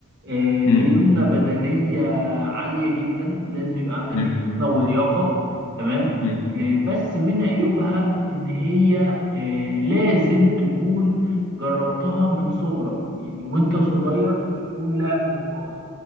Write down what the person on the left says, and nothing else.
مم.
مم.
مم.